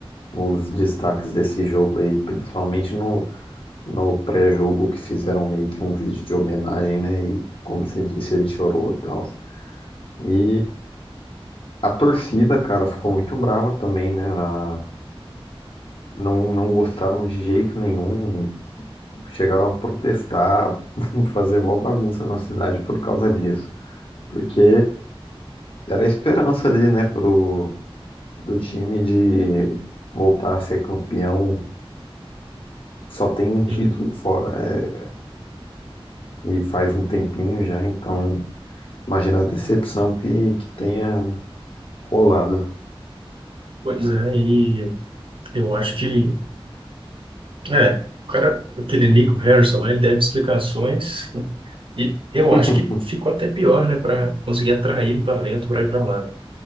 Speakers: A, on the left (about 60°); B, on the right (about 60°).
A: os destaques desse jogo aí, principalmente no, no pré-jogo que fizeram meio que um vídeo de homenagem, né? E como você disse, ele chorou e tal. E a torcida, cara, ficou muito brava também, né? A- não, não gostaram de jeito nenhum, chegaram a protestar, <laughs> fazer mó bagunça na cidade por causa disso. Porque era a esperança ali, né, pro, do time de voltar a ser campeão. Só tem um título
B: Sim.
A: fora, é, e faz um tempinho já, então imagina a decepção que, que tenha rolado.
B: Pois é, e eu acho que, é, o cara, aquele Nico Harrison, ele deve explicações e eu
A: <laughs>
B: acho que ficou até pior, né, para conseguir atrair um talento para ir para lá. né?